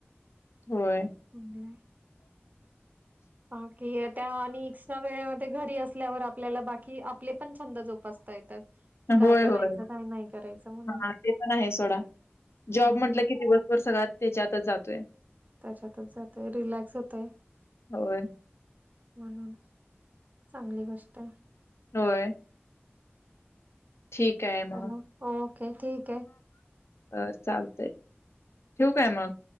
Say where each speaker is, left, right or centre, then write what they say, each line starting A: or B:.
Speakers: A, on the left (about 75°); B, on the right (about 40°).
A: होय.
B: होय. हा कि त्या आणि कसं वेळेवर ते घरी असल्यावर आपल्याला बाकी आपले पण छंद जोपासता येतात. की काय
A: होय
B: करायचं
A: होय
B: काय नाही करायचं म्हणून
A: हा ते पण आहे सोडा. जॉब
B: हा
A: म्हटलं की दिवसभर सगळा त्याच्यातच जातोय.
B: त्याच्यातच जातय रिलॅक्स होतय.
A: होय,
B: म्हणून चांगली गोष्ट आहे.
A: होय. ठीक आहे मग.
B: चला ओके ठीक आहे.
A: अ चालतय ठेवु काय मग?